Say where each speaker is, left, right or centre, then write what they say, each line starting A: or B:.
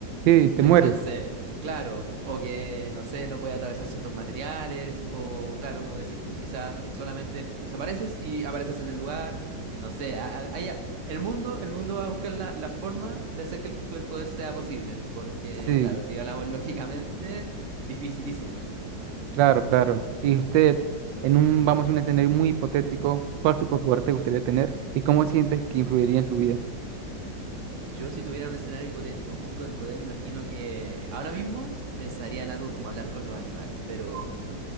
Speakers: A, on the right; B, on the right.
A: Sí, te
B: no
A: mueres.
B: hay chance, claro, o que, no sé, no puede atravesar ciertos materiales, o claro, como decís tú, quizá solamente desapareces y apareces en el lugar, no sé, a- a- hay a- el mundo, el mundo va a buscar la, la forma de hacer que el superpoder sea posible, porque
A: Sí,
B: claro, si hablamos lógicamente, dificilísimo.
A: claro, claro. Y usted, en un, vamos a un escenario muy hipotético, ¿cuál superpoder te gustaría tener y cómo sientes que influiría en su vida?
B: Yo si tuviera un escenario hipotético, un superpoder, me imagino que ahora mismo pensaría en algo como hablar con los animales, pero...